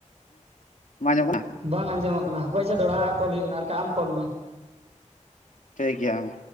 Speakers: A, on the left; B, on the right.
A: ᱵᱟᱝ ᱟᱸᱡᱚᱢᱚᱜ ᱠᱟᱱᱟ
B: ᱵᱟᱝ ᱟᱸᱡᱚᱢᱚᱜ ᱠᱟᱱᱟ ᱦᱟᱯᱚᱭ ᱪᱮ ᱫᱚᱦᱲᱟ ᱠᱚᱞ ᱦᱩᱭᱩᱜ ᱠᱟᱱᱟ ᱟᱨ ᱵᱟᱠᱷᱟᱱ ᱟᱢ ᱠᱚᱞ ᱢᱮ
A: ᱴᱷᱤᱠ ᱜᱮᱭᱟ ᱢᱟ